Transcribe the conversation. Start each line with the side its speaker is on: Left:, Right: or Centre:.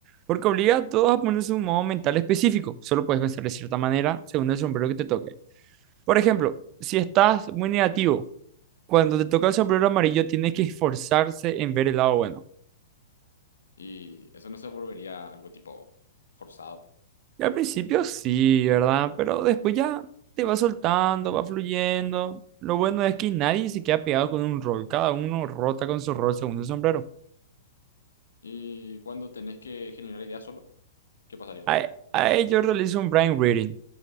Right: porque obliga a todos a ponerse un modo mental específico. Solo puedes pensar de cierta manera según el sombrero que te toque. Por ejemplo, si estás muy negativo, cuando te toca el sombrero amarillo tienes que esforzarse en ver el lado bueno.
Left: Y eso no se volvería algo tipo forzado.
Right: Y al principio sí, ¿verdad? Pero después ya te va soltando, va fluyendo. Lo bueno es que nadie se queda pegado con un rol. Cada uno rota con su rol según su sombrero.
Left: Y cuando tenés que generar ideas solo, ¿qué pasaría?
Right: A, a ello realizo un brain reading.